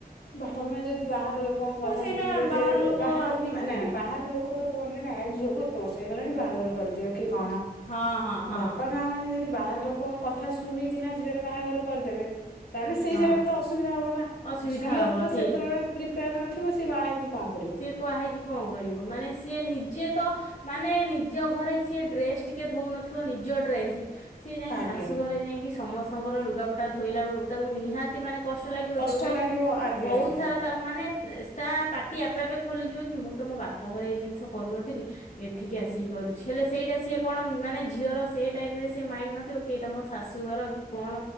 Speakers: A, on the left; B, on the left.
A: ବାପା ମା ଯଦି ବାହାର ଲୋକଙ୍କ କଥା
B: ତ ସେଇଟା
A: ଶୁଣିବେ
B: ବାହାର
A: ଯେ
B: ଲୋକ
A: ବାହାରେ
B: ଆହୁରି
A: ମାନେ
B: କହିବେ
A: ବାହାର ଲୋକ୍ ଲୋକ ତ କୁହନ୍ତି ନା ନାଇଁ ଝିଅକୁ ଏତେ ବର୍ଷ ହେଇଗଲାଣି ବାହାଘର କରିଦିଅ କି କଣ।
B: ହଁ ହଁ ହଁ
A: ବାପା ମା ମାନେ ଯଦି ବାହାର ଲୋକ୍ ଲୋକଙ୍କ କଥା ଶୁଣିକିନା ଝିଅର ବାହାଘର କରିଦେବେ ତାହେଲେ ସେଇ
B: ହଁ
A: ଜାଗାରେ ତ ଅସୁବିଧା ହବ ନା।
B: ଅସୁବିଧା
A: ଝିଅ
B: ହବ
A: ତ
B: ଠିକ
A: ସେତେବେଳେ ପ୍ରିପେୟାର୍ ନଥିବ, ସେ ବାହା ହେଇକି କଣ କରିବ।
B: ବୁହା ହେଇକି କଣ କରିବ ମାନେ ସିଏ ନିଜେ ତ ମାନେ ନିଜ ଘରେ ସିଏ ଡ୍ରେସ୍ ଟିକେ ଧଉନଥିବ ନିଜ ଡ୍ରେସ୍। ସିଏ ଯାଇ
A: ଆଜ୍ଞା।
B: ଶାଶୁ ଘରେ ଯାଇକି ସମସ୍ତଙ୍କର ଲୁଗାପଟା ଧୋଇଲା ବେଳକୁ ତାକୁ ନିହାତି ମାନେ କଷ୍ଟ ଲାଗିବ,
A: କଷ୍ଟ
B: ଯୋଉଟା
A: ଲାଗିବ
B: କି
A: ଆଜ୍ଞା
B: ବହୁତ୍
A: ଆଜ୍ଞା।
B: ସାରା ତା ମାନେ ତା ପାଟ୍ ପାଟି ଆପେ ଆପେ ଖୋଲିଯିବ କି ମୁଁ ତ ମୋ ବାପ ଘରେ ଏଇ ଜିନିଷ କରୁନଥିଲି। ଏଠିକି ଆସିକି କରୁଛି ହେଲେ ସେଇଟା ସିଏ କଣ ମାନେ ଝିଅର ସେ ଟାଇମ୍ ରେ ସେ ମାଇଣ୍ଡ୍ ନଥିବ କି ଏଇଟା ମୋ ଶାଶୁଘର କି କଣ